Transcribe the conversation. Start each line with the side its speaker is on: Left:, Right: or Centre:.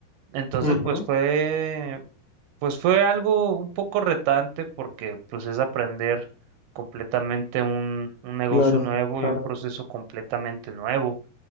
Right: Entonces,
Left: ujú,
Right: pues fue, pues fue algo un poco retante porque pues es aprender completamente un, un negocio
Left: claro,
Right: nuevo
Left: claro.
Right: y un proceso completamente nuevo.